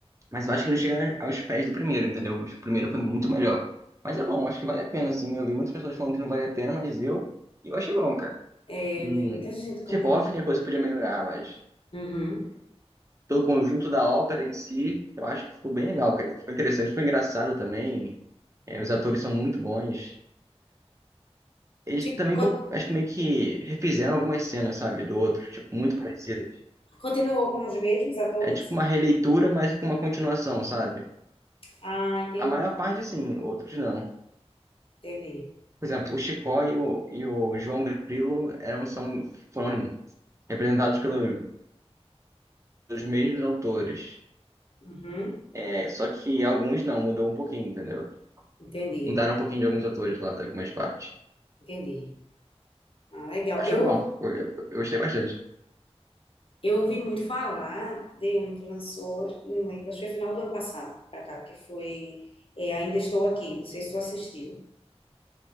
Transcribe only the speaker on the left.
É,
eu vi muita gente comentando.
Uhum.
Ficou,
continuou com os mesmos atores?
Ah, entendi,
entendi.
Uhum.
Entendi,
entendi. Ah, legal.
Eu,
eu ouvi muito falar de um que lançou, não lembro, acho que foi final do ano passado, pra cá, que foi é, Ainda Estou Aqui, não sei se tu assistiu,